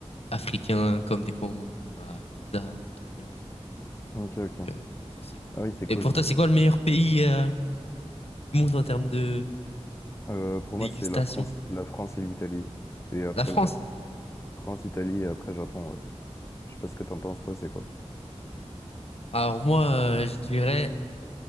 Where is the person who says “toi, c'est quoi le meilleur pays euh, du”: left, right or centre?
Left